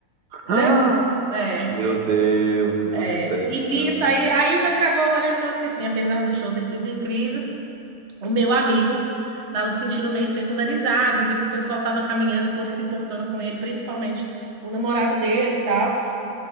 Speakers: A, on the right; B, on the right.
A: Ah,
B: Entendeu? É.
A: meu Deus do
B: É,
A: céu.
B: e nisso, aí, aí já cagou o rolê todo, porque assim, apesar do show ter sido incrível, o meu amigo tava se sentindo meio secundarizado e viu que o pessoal tava caminhando e pouco se importando com ele, principalmente o namorado dele e tal.